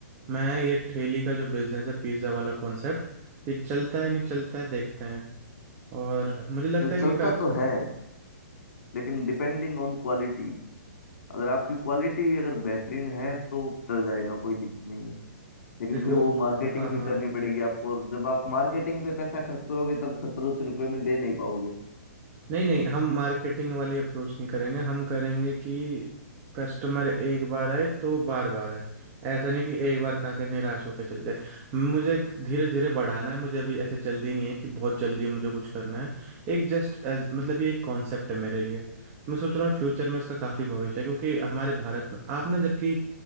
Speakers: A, on the right; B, on the left.
A: मैं ये ठेली का जो बिजनेस है पिज्ज़ा वाला कॉन्सेप्ट ये चलता है नहीं चलता है देखते हैं और मुझे लगता
B: नहीं
A: है
B: चलता
A: कि का
B: तो है लेकिन डिपेंडिंग ऑन क्वालिटी अगर आपकी क्वालिटी अगर बेहतरीन है तो चल जाएगा कोई दिक्कत नहीं है लेकिन
A: देखो
B: फिर वो मार्केटिंग
A: हाँ
B: भी
A: हाँ
B: करनी पड़ेगी आपको और जब आप मार्केटिंग पे पैसा खर्च करोगे तब सत्तर अस्सी रुपए में दे नहीं पाओगे
A: नहीं नहीं हम मार्केटिंग वाली अप्रोच नहीं करेंगे हम करेंगे कि कस्टमर एक बार आए तो बार बार आए ऐसा नहीं कि एक बार खा के निराश होकर चले जाए मुझे धीरे धीरे बढ़ाना है मुझे अभी ऐसे जल्दी नहीं है कि बहुत जल्दी मुझे कुछ करना है एक जस्ट एज मतलब ये एक कॉन्सेप्ट है मेरे लिए मैं सोच रहा हूँ फ्यूचर में इसका काफ़ी भविष्य है क्योंकि हमारे भारत में आप ना जबकि